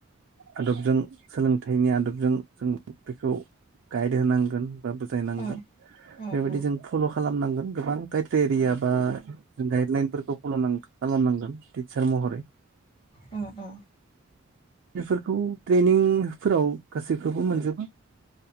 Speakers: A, on the right (about 55°); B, on the left (about 25°).
A: आदबजों सोलोंथाइनि आदबजों जों बेखौ गाइड होनांगोन बा बुजायनांगोन।
B: उम उम
A: बेबायदि
B: उम
A: जों फल' खालामनांगोन गोबां ख्राइटेरिया बा गाइडलाइनफोरखौ फनो' खालाम नांगोन टिचार महरै।
B: उम उम
A: बेफोरखौ ट्रेनिंफोराव गासैखौबो मोनजोबा।